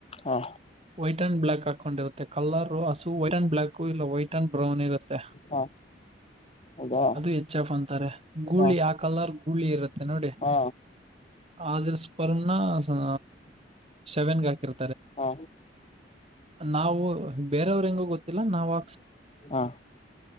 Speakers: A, on the left; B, on the right.
A: ಹಾ
B: ವೈಟ್ ಅಂಡ್ ಬ್ಲಾಕ್ ಹಾಕೊಂಡಿರುತ್ತೆ ಕಲರ್ ಹಸು ವೈಟ್ ಅಂಡ್ ಬ್ಲಾಕ್ ಕಲ್ಲವ ಐಟ ಬ್ರೌನ್ ಇರುತ್ತೆ
A: ಹಾ ಹೌದಾ
B: ಅದು ಹೆಚ್ ಎಫ್ ಅಂತಾರೆ ಗೂಳಿ
A: ಹಾ
B: ಆ ಕಲರ್ ಹುಳಿರುತ್ತೆ ತನ್ನೋಡಿ
A: ಹಾ
B: ಆದರ್ ಸ್ಪರಣ ಹಾ ಸೆವೆನ್ಗೆ ಹಕಿರ
A: ಹಾ
B: ನಾವು ಬೇರೆಯವರು ಹೆಂಗೋ ಗೊತ್ತ ನಾವು
A: ಹಾ